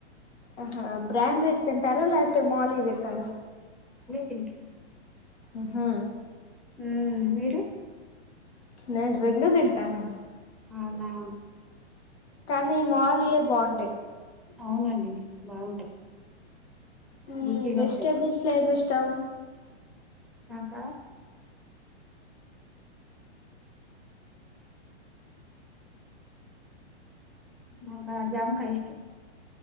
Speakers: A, on the left; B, in the centre.
A: ఓహో బ్రాండ్డెడ్ తింటారా లేకపోతే మొలియి తింటారా
B: తింటాం
A: ఊహ్మ్
B: ఆ మీరు
A: నేను రెండు తింటానండి
B: అవున
A: కానీ మోలియే బొంటై
B: అవునండి బాగుంటాయి
A: హ్మ్
B: రుచిగా
A: వెజిటబిల్స్ల
B: ఉంటాయి
A: ఎం ఇష్టం
B: ఆ నాకు జాంకాయ ఇష్టం